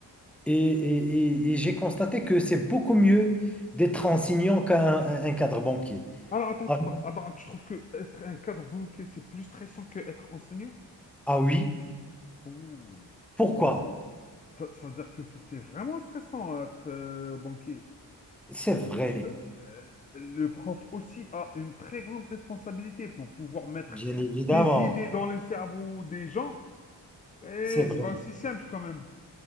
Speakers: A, in the centre; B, on the left.
A: Et, et- et- et j'ai constaté que c'est beaucoup mieux d'être enseignant qu'un un- un cadre banquier.
B: Alors, attends,
A: Ah,
B: attends, attends. Tu trouves que être un cadre banquier, c'est plus stressant que être enseignant?
A: ah oui,
B: Ouh.
A: pourquoi?
B: Ça veut dire que ça- ça veut dire que c'était vraiment stressant être euh, banquier.
A: C'est
B: Parce
A: vrai,
B: que, parce que euh, le prof aussi a une très grande responsabilité pour pouvoir mettre
A: bien évidemment,
B: des idées dans les cerveaux des gens. Et
A: c'est vrai.
B: c'est pas aussi simple quand même.